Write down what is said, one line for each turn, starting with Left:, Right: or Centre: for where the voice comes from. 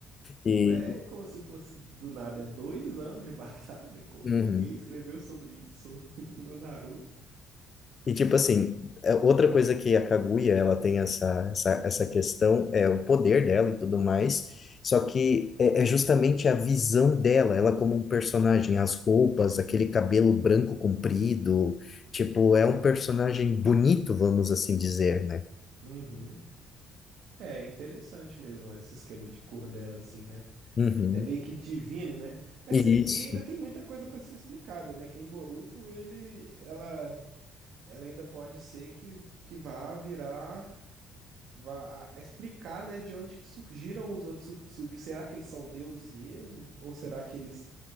Left: E,
Right: Não é como se fosse do nada, é dois anos de <laughs> batalha. Como
Left: uhum.
Right: ninguém escreveu sobre isso <laughs> no Naruto?
Left: E tipo assim, é, outra coisa que a Kaguya, ela tem essa, essa, essa questão, é o poder dela e tudo mais, só que é, é justamente a visão dela, ela como um personagem, as roupas, aquele cabelo branco comprido, tipo, é um personagem bonito, vamos assim dizer, né?
Right: Uhum. É interessante mesmo esse esquema de cor dela, assim, né?
Left: Uhum.
Right: É bem que divino, né? Mas
Left: Isso.
Right: sério, e ainda tem muita coisa para ser explicada, né? Que em Boruto ele, ela, ela ainda pode ser que, que vá virar, vá a- a explicar, né? De onde que surgiram os Otsutsuki? Será que eles são deuses mesmo? Ou será que eles